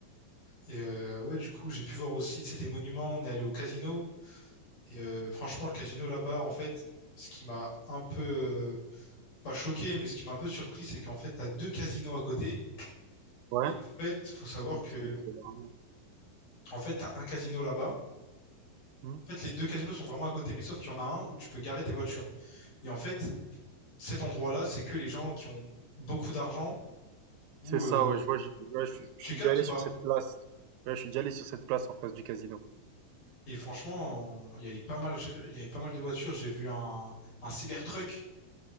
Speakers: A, on the left (about 60°); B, on the right (about 80°).
A: Et euh, ouais, du coup, j'ai pu voir aussi, tu sais, des monuments. On est allé au casino. Et euh, franchement, le casino là-bas, en fait, ce qui m'a un peu euh, pas choqué, mais ce qui m'a un peu surpris, c'est qu'en fait, t'as deux casinos à côté.
B: Ouais,
A: Et en fait, faut savoir
B: donc
A: que,
B: donc c'est vraiment.
A: en fait, t'as un casino là-bas
B: Hmm.
A: En fait, les deux casinos sont vraiment à côté, mais sauf qu'il y en a un où tu peux garer tes voitures. Et en fait, cet endroit-là, c'est que les gens qui ont beaucoup d'argent ou
B: C'est
A: euh,
B: ça, ouais, je vois, je, ouais, je, je
A: tu
B: suis
A: captes
B: déjà allé
A: ou pas?
B: sur cette place. Ouais, je suis déjà allé sur cette place en face du casino.
A: Et franchement, il y avait pas mal, il y avait pas mal de voitures. J'ai vu un, un Cybertruck.